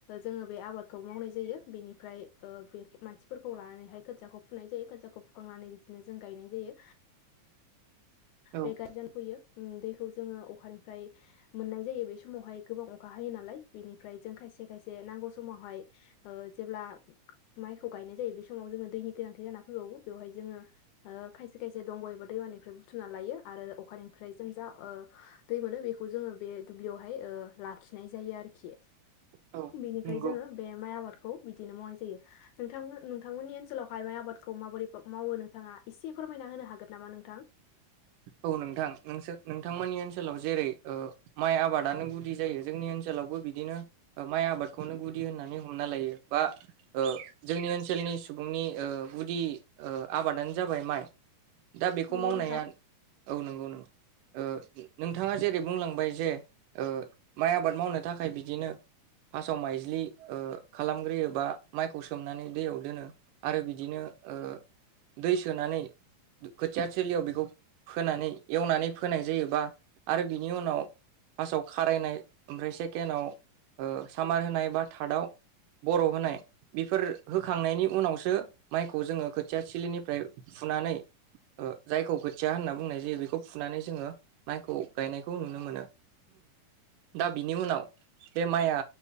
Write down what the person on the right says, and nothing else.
औ
औ
नंगौ
औ नोंथां, नोंथां मोननि ओनसोल ओनसोलाव जेरै ओ माइ आबादानो गुदि जायो जोंनि ओनसोलावबो बिदिनो ओ माइ आबादखौनो गुदि होननानै हमना लायो बा ओ जोंनि ओनसोलनि सुबुंनि ओ गुदि ओ आबादानो जाबाय माइ। दा बेखौ
मावनाया
औ नंगौ नोंगौ ओ नोंथाङा जेरै बुंलांबाय जे ओ माइ आबाद मावनो थाखाय बिदिनो फार्स्टआव माइज्लि ओ खालामग्रोयो बा माइखौ सोमनानै दैयाव दोनो आरो बिदिनो ओ दै सोनानै खोथिया थिलियाव बेखौ फोनानै एवनानै फोनाय जायोबा आरो बिनि उनाव फार्स्टआव खारायनाय ओमफ्राय सेकेण्डआव ओ सामार होनाय बा थार्डआव बर' होनाय बेफोर होखांनायनि उनावसो माइखौ जोङो खोथिया थिलिनिफ्राय फुनानै ओ जायखौ खोथिया होनना बुंनाय जायो बेखौ फुनानै जोङो माइखौ गायनायखौ नुनो मोनो। दा बिनि उनाव बे माइआ